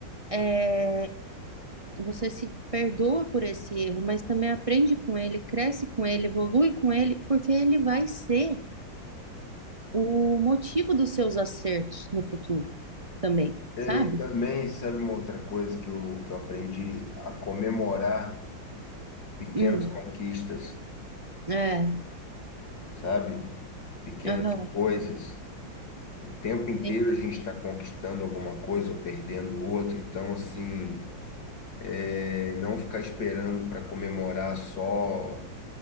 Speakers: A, on the right; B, on the left.
A: é, você se perdoa por esse erro, mas também aprende com ele, cresce com ele, evolui com ele, porque ele vai ser o motivo dos seus acertos no futuro também,
B: É,
A: sabe?
B: e também, sabe uma outra coisa que eu, que eu aprendi? A comemorar pequenas
A: Hum,
B: conquistas,
A: é,
B: sabe? pequenas
A: aham.
B: coisas. O tempo inteiro
A: Tem-
B: a gente está conquistando alguma coisa ou perdendo outra. Então, assim, é, não ficar esperando para comemorar só